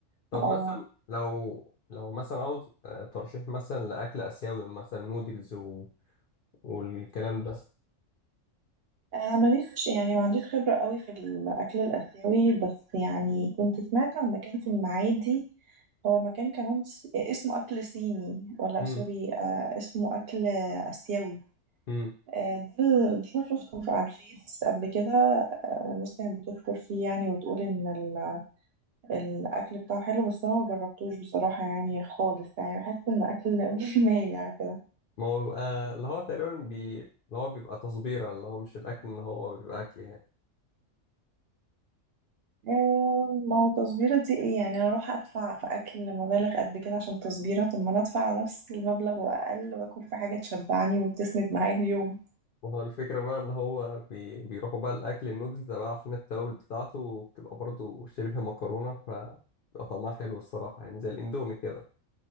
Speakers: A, on the left (about 65°); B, on the right (about 60°).
A: طب
B: اه
A: مثلا لو لو مثلا عاوز آه، ترشيح مثلا لأكل آسيوي مثلا نودلز و... والكلام ده
B: انا ماليش يعني ما عنديش خبره قوي في الاكل الاسيوي بس يعني كنت سمعت عن مكان في المعادي هو مكان كمان س- اسمه اكل صيني ولا
A: امم
B: سوري آه اسمه اكل اسيوي
A: امم
B: آه ده ال- ده انا شفته في- على الفيس قبل كده آه الناس كانت بتشكر فيه يعني وتقول ان ال- الاكل بتاعه حلو بس انا ما جربتوش بصراحه يعني خالص يعني بحس ان اكل <laughs> مايع كده
A: ما هو بيبقى اللي هو تقريبا بي... اللي هو بيبقى تصبيرة اللي هو مش الأكل إن هو بيبقى أكل يعني
B: آه، ما هو تصبيرة دي ايه يعني انا اروح ادفع في اكل مبالغ قد كده عشان تصبيرة طب ما انا ادفع نفس المبلغ واقل واكل في حاجة تشبعني وتسند معايا اليوم
A: وهو الفكرة بقى إن هو بي... بيروحوا بقى الأكل النودلز ده بقى عشان التوابل بتاعته بتبقى برضه شبه مكرونة فبيبقى طعمها حلو الصراحة يعني زي الإندومي كده